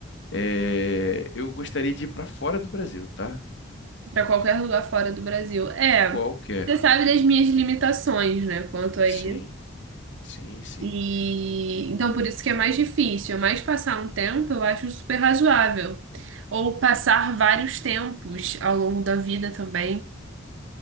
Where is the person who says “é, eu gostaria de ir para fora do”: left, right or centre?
Left